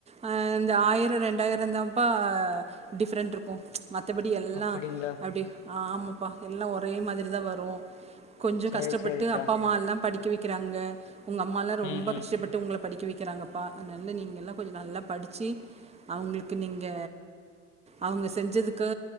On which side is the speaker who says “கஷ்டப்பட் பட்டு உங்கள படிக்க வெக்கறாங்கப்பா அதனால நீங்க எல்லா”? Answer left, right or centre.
Right